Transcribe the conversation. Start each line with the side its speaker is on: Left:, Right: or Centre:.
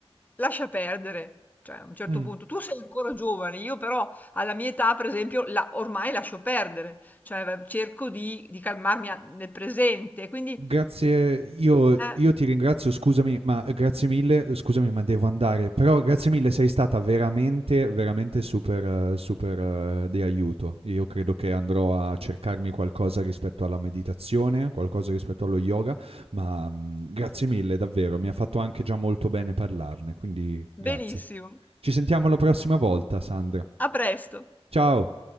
Left: lascia perdere, cioè a un certo
Right: Mm.
Left: punto. Tu sei ancora giovane, io però alla mia età, per esempio, la ormai lascio perdere, cioè v cerco di di calmarmi a nel presente, quindi
Right: Grazie, io
Left: eh,
Right: io ti ringrazio, scusami, ma grazie mille, eh, scusami, ma devo andare. Però grazie mille, sei stata veramente, veramente super eh, super eh, di aiuto. Io credo che andrò a cercarmi qualcosa rispetto alla meditazione, qualcosa rispetto allo yoga, ma, mhmm, grazie mille davvero, mi ha fatto anche già molto bene parlarne, quindi grazie.
Left: benissimo.
Right: Ci sentiamo la prossima volta, Sandra.
Left: A presto.
Right: Ciao.